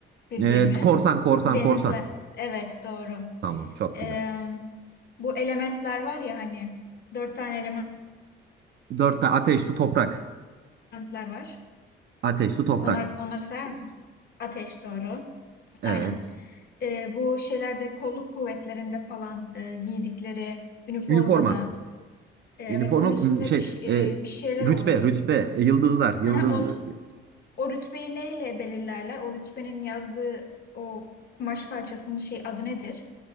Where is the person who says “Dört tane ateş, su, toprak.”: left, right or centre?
Right